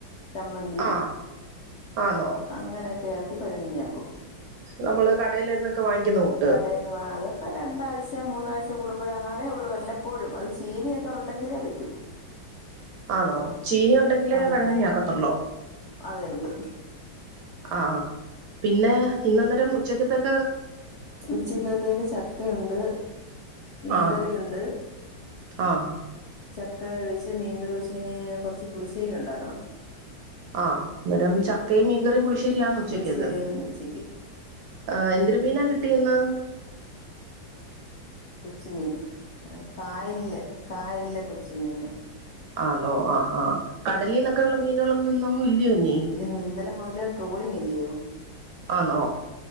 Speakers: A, on the left; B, on the right.
A: ചമ്മന്തി
B: ആഹ് ആന്നോ
A: അങ്ങനെയൊക്കെ, ആക്കി, പഴങ്കഞ്ഞി ആക്കും.
B: നമ്മള് കടേലന്നൊക്കെ വാങ്ങിക്കുന്ന കൂട്ട്
A: കാടെന്നു, വാ അതൊക്കെ, രണ്ടാഴ്ച, മൂന്നാഴ്ച കൂടുമ്പോഴങ്ങണേ, ഉള്ളൂ, വല്ലപ്പോഴും, അത് ചീനിയൊക്കെ, ഉണ്ടെങ്കിലേ, പറ്റൂ.
B: ആണോ, ചീന ഉണ്ടെങ്കില്,
A: അതെ
B: പഴങ്കന്നി, ആക്കത്തുള്ളോ
A: അതേ ഉള്ളു
B: ആ, ആ, പിന്നെ, ഇന്നന്നരം, ഉച്ചക്കത്തേക്കെ
A: ഉച്ചക്കത്തേക്ക്, ചക്ക ക്കഒക്കെുണ്ട്, മീൻകറിയുണ്ട്
B: ആഹ് ആഹ്
A: ചക്ക, വെച്ച് മീൻകറി, വെച്ച്, കുറച്ച് പുളി്ശേരി, ഉണ്ടാക്കണം..
B: ആഹ്, അന്നേരം, ചക്കയും, മീൻകറിയും, പുളിശ്ശേരിയാണ് ഉച്ചക്കത്
A: പുളിശ്ശേരി ഇന്ന് ഉച്ചക്ക്
B: ആഹ, എന്തൊരു മീനാ, കിട്ടിയന്ന
A: കൊച്ച്, മീന്, കായല്ല, കായല്ല കൊച്ച് മീന്
B: ആണോ, ആ, ആഹ്, കടലിൽന്നൊക്കെ, ഉള്ള മീനൊളൊന്നും, ന്നാങ്, ഇല്ലയോ നീ
A: ഇന്ന് ഇന്നലെ മുതല് ട്രോളിങ് അല്ലയോ
B: ആന്നോ,